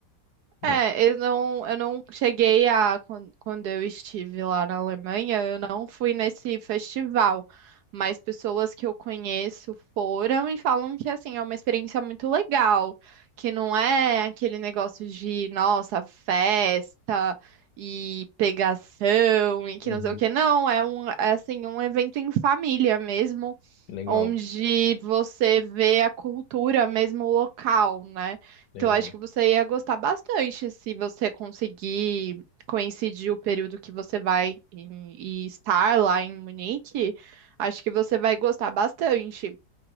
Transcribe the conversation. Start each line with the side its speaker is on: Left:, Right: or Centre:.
Right: É,
Left: né?
Right: eu não, eu não cheguei a, quan- quando eu estive lá na Alemanha, eu não fui nesse festival, mas pessoas que eu conheço foram e falam que, assim, é uma experiência muito legal, que não é aquele negócio de, nossa, festa e pegação e que
Left: Uhum,
Right: não sei o que, não, é um, é, assim, um evento em família mesmo,
Left: legal,
Right: onde você vê a cultura mesmo local, né?
Left: legal.
Right: Então, acho que você ia gostar bastante se você conseguir coincidir o período que você vai em- e estar lá em Munique. Acho que você vai gostar bastante.